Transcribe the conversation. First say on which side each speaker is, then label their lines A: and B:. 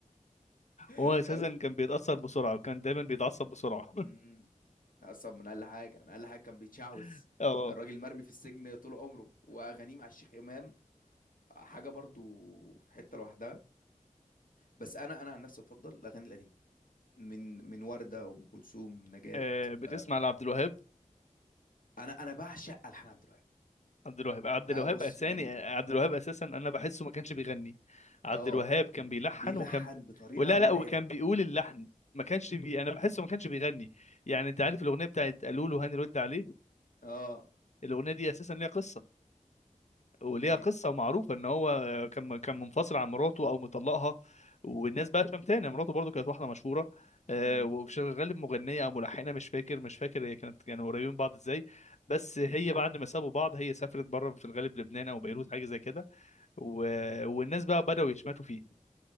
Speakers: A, on the left; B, on the left.
A: <laughs>
B: هو اساسا
A: فاهم
B: كان بيتاثر بسرعه وكان دايما بيتعصب بسرعه
A: امم تعصب من اقل حاجه انا اقل حاجه كان بيتشعوذ
B: <laughs> اه
A: الراجل مرمي في السجن طول عمره واغانيه مع الشيخ امام حاجه برضو في حته لوحدها بس انا انا عن نفسي افضل الاغاني القديمه من من ورده وام كلثوم نجاة
B: آه، بتسمع
A: آه،
B: لعبد الوهاب
A: انا انا بعشق الحان عبد الوهاب
B: عبد الوهاب عبد الوهاب
A: آه، بص
B: اساني
A: يعني
B: عبد الوهاب اساسا انا بحسه ما كانش بيغني عبد
A: اه
B: الوهاب كان بيلحن
A: بيلحن
B: وكان ب...
A: بطريقه
B: ولا
A: مرعبه
B: لا وكان بيقول اللحن ما كانش بي... انا بحسه ما كانش بيغني يعني انت عارف الاغنيه بتاعت قالوا له هاني رد عليه
A: اه
B: الاغنيه دي اساسا ليها قصه وليها
A: ايه
B: قصه معروفه ان هو كان كان منفصل عن مراته او مطلقها والناس بقى شمتانه مراته برضو كانت واحده مشهوره آه،
A: امم
B: وشغاله مغنيه او ملحنه مش فاكر مش فاكر هي كانت يعني قريبين من بعض ازاي بس هي بعد ما سابوا بعض هي سافرت بره في الغالب لبنان او بيروت حاجه زي كده و- والناس بقى بداوا يشمتوا فيه